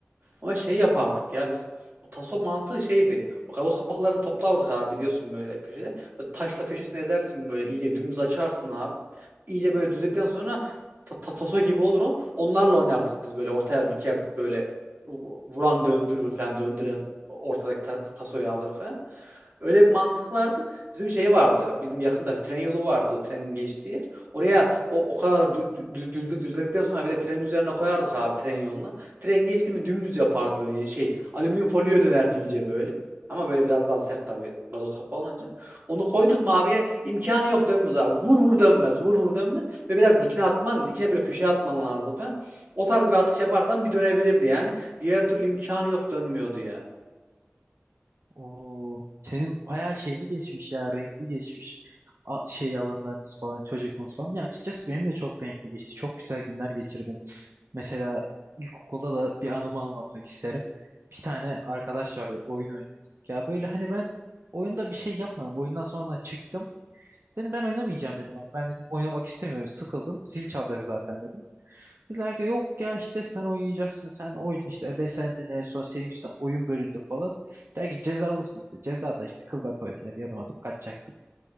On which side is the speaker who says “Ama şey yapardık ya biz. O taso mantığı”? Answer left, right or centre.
Right